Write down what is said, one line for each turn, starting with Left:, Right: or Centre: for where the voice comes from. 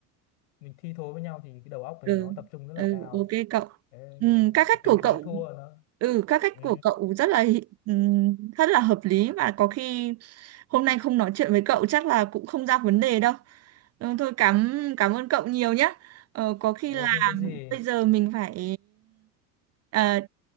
Left: mình thi thố với nhau thì cái đầu óc mình
Right: ừ
Left: nó tập trung rất là
Right: ừ
Left: cao
Right: ok cậu
Left: đấy,
Right: ừ,
Left: nên
Right: các cách
Left: cái tính
Right: của
Left: thắng
Right: cậu
Left: thua nó
Right: ừ các cách
Left: ừ.
Right: của cậu rất là hi- ừ, rất là hợp lý và có khi hôm nay không nói chuyện với cậu chắc là cũng không ra vấn đề đâu ừ, thôi cảm cảm ơn cậu nhiều nhé ờ, có khi
Left: Ồ
Right: là
Left: không có gì
Right: bây giờ mình phải ờ,